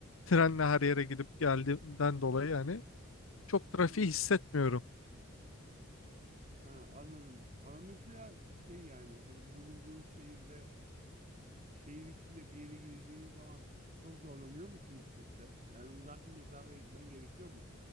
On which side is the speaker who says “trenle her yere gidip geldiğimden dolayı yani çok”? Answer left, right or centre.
Left